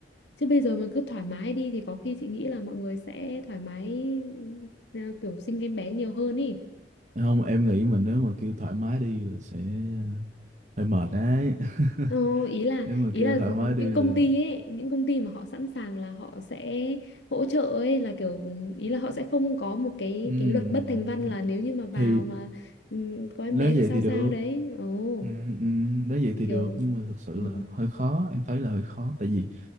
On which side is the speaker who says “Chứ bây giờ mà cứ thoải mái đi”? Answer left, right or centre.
Left